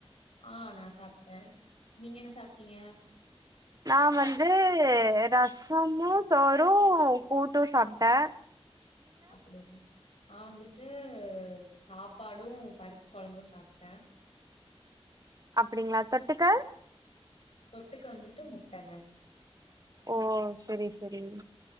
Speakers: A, on the left (about 75°); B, on the right (about 35°).
A: ஆ நான் சாப்ட்டேன் நீங்க என்ன சாப்ட்டீங்க
B: நான் வந்து ரசமும் சோறும் கூட்டும் சாப்ட்டேன்
A: அப்டிங் நான் வந்துட்டு சாப்பாடும் பருப்பு கொழம்பும் சாப்ட்டேன்
B: அப்டிங்களா தொட்டுக்க
A: தொட்டுக்க வந்துட்டு முட்டங்க
B: ஓ செரி செரி